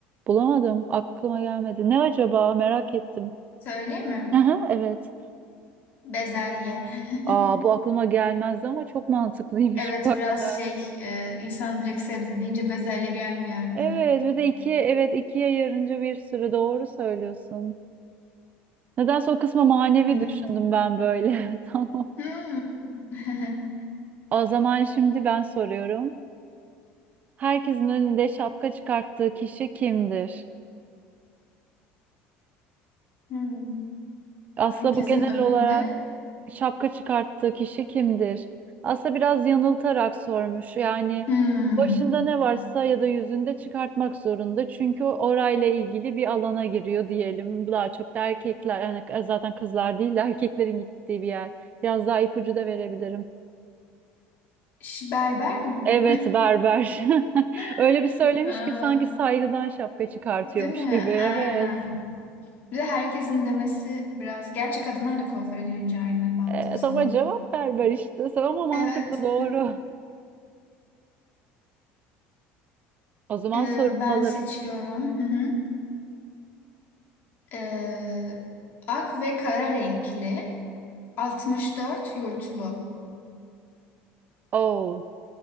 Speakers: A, on the right; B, on the left.
A: Bulamadım. Aklıma gelmedi. Ne acaba? Merak ettim.
B: Söyleyeyim mi?
A: Aha, evet.
B: Bezelye. <laughs>
A: Aa, bu aklıma gelmezdi ama çok mantıklıymış
B: Evet
A: bu arada.
B: biraz şey e, insan direkt sebze deyince bezelye gelmiyor aklına.
A: Evet, bir de iki evet ikiye yarınca bir sürü doğru söylüyorsun. Nedense o kısma manevi
B: Hı hı.
A: düşündüm ben böyle. <laughs> Tamam.
B: Hmm. <laughs>
A: O zaman şimdi ben soruyorum. Herkesin önünde şapka çıkarttığı kişi kimdir?
B: Hmm.
A: Aslında
B: Herkesin
A: bu genel
B: önünde.
A: olarak şapka çıkarttığı kişi kimdir? Aslında biraz yanıltarak sormuş. Yani
B: Hmm.
A: başında ne varsa ya da yüzünde çıkartmak zorunda. Çünkü o orayla ilgili bir alana giriyor diyelim. Daha çok da erkekler, hani zaten kızlar değil de erkeklerin gittiği bir yer. Biraz daha ipucu da verebilirim.
B: Ş- Berber mi?
A: Evet berber. <laughs>
B: <gasps>
A: Öyle
B: <laughs>
A: bir söylemiş ki sanki
B: Aa,
A: saygıdan şapka çıkartıyormuş
B: değil mi?
A: gibi. Evet.
B: Aynen. Bir de herkesin demesi biraz. Gerçi kadınlar da kuaföre girince aynı mantık
A: Ee,
B: sanırım.
A: ama cevap ver ver işte. Ama mantıklı
B: Evet.
A: doğru. <laughs> O zaman
B: Ee,
A: sorumu
B: ben
A: alırım.
B: seçiyorum. Hı hı. Ee, ak ve kara renkli. altmış dört yurtlu.
A: Oo.